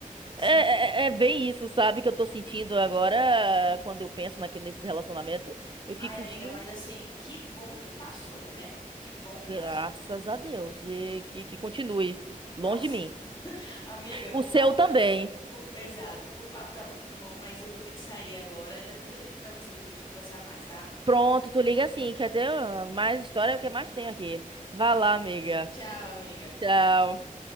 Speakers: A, on the left; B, on the right.
A: Sim.
B: É, é, é é bem isso, sabe, que eu tô sentindo agora, quando eu penso naque, nesses relacionamentos, eu
A: Ai,
B: fico,
A: amiga,
B: gente.
A: mas assim, que bom que passou, né? Que bom que
B: Graças
A: passou.
B: a Deus. E que, que continue.
A: Nossa.
B: Longe de mim.
A: Amiga,
B: O
A: o
B: seu
A: papo
B: também.
A: tá. <laughs> o- Exato, o papo tá muito bom, mas eu vou ter que sair agora. Depois eu ligo pra você pra gente conversar mais, tá?
B: Pronto, tu liga assim. Quer ter ah, mais história? É o que mais tem aqui. Vá lá, amiga.
A: Tchau, amiga.
B: Tchau.